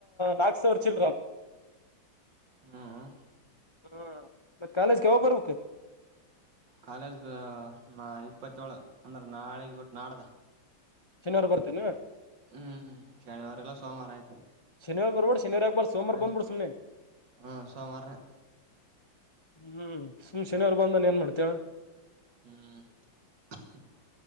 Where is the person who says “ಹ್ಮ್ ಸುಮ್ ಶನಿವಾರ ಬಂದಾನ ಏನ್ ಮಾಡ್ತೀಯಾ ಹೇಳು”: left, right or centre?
Left